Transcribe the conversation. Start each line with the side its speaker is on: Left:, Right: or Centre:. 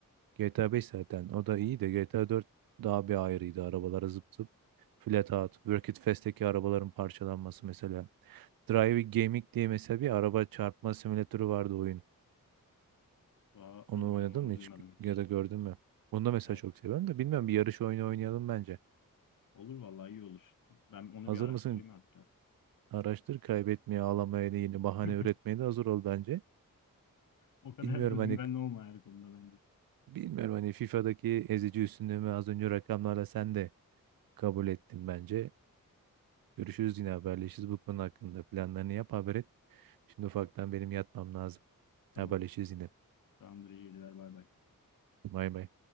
Right: GTA 5 zaten o da iyi de GTA 4 daha bir ayrıydı. Arabalara zıp zıp flat out. Work It Fast'teki arabaların parçalanması mesela. Driving Gaming diye mesela bir araba çarpma simülatörü vardı oyun.
Left: Aa,
Right: Onu
Left: bilmiyorum
Right: oynadın
Left: onu
Right: mı
Left: duymadım
Right: hiç
Left: hiç.
Right: ya da gördün mü? Onu da mesela
Left: Evet.
Right: çok seviyorum da bilmiyorum bir yarış oyunu oynayalım bence.
Left: Olur vallahi iyi olur. Ben onu
Right: Hazır
Left: bir araştırayım
Right: mısın?
Left: hatta.
Right: Araştır kaybetmeye, ağlamaya, da yeni bahane
Left: <laughs>
Right: üretmeye de hazır ol bence.
Left: O kadar
Right: Bilmiyorum
Left: özgüvenli
Right: hani
Left: olma her konuda bence.
Right: Bilmiyorum hani FIFA'daki ezici üstünlüğümü az önce rakamlarla sen de kabul ettin bence. Görüşürüz yine haberleşiriz bu konu hakkında. Planlarını yap haber et. Şimdi ufaktan benim yatmam lazım.
Left: Tamam.
Right: Haberleşiriz yine.
Left: Tamamdır iyi geceler bay bay.
Right: Bay bay.